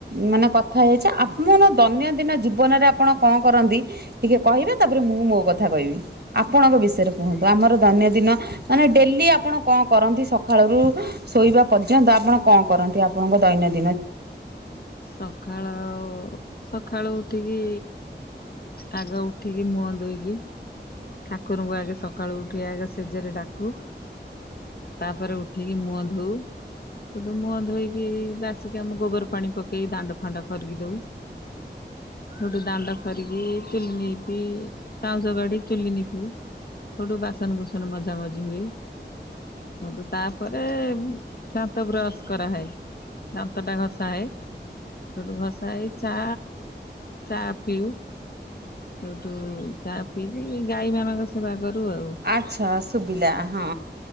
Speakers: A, on the right; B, on the left.
A: ମାନେ କଥା ହେଇଛେ ଆପଣ ଦୈନଦିନ ଜୀବନରେ ଆପଣ କଣ କରନ୍ତି। ଟିକେ କହିବେ ତାପରେ ମୁଁ ମୋ କଥା କହିବି ଆପଣଙ୍କ ବିଷୟରେ କୁହନ୍ତୁ ଆମର ଦୈନ ଦିନ ମାନେ ଡେଲି ଆପଣ କଣ କରନ୍ତି ସଳୁ ଶୋଇବା ପର୍ଯ୍ୟନ୍ତ ଆପଣ କଣ କରନ୍ତି ଆପଣଙ୍କ ଦୈନ ଦିନ
B: ସଖାଳ ସକାଳୁ ଉଠିକି। ଆଗ ଉଠିକି ମୁହଁ ଦେଇକି। ଠାକୁରଙ୍କୁ ଆଗେ ସକାଳୁ ଉଠି ଆଗେ ସେଜରେ ଡାକୁ। ତାପରେ ଉଠିକି ମୁହଁ ଧୋଉ। ବଧୁ ମୁହଁ ଧୋଇକି ବାସିକି ଆମ ଗୋବର ପାଣି ପକେଇକି ଦାଣ୍ଡ ଫାଣ୍ଡ ଖରିକି ଦଉ। ସୋଠୁ ଦାଣ୍ଡ ଖରିକି ଚୁଲି ନିପି ପାଉଁଶ କାଡି ଚୁଲି ନିପୁ ସେଠୁ ବାସନ ବୁସନ ମଜା ମଜି ହୁଏ। ସେଠୁ ତାପରେ ଦାନ୍ତ ବ୍ରସ କରାହଏ। ଦାନ୍ତ ଟା ଘଷା ହାଏ। ସେଠୁ ଘସା ଏଇ ଚା ଚା ପିଉ। ସେଠୁ ଚା ପିଇକି ଗାଈ ମାନଙ୍କ ସେବା କରୁ ଆଉ।
A: ଆଚ୍ଛା ଶୁଭିଲା ହଁ